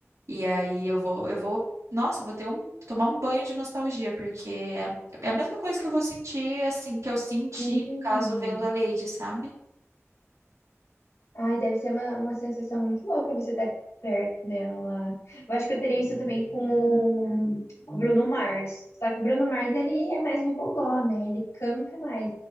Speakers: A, on the right; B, on the left.
A: e aí eu vou, eu vou, nossa, eu vou ter um, tomar um banho de nostalgia, porque é, é a mesma coisa que eu vou sentir, assim, que eu senti,
B: Sim.
A: no caso, vendo a Lady, sabe?
B: Ai, deve ser uma, uma sensação muito louca você estar perto dela lá. Eu acho que eu teria isso também com o, com o Bruno Mars. Só que o Bruno Mars, ele é mais um gogó, né? Ele canta mais.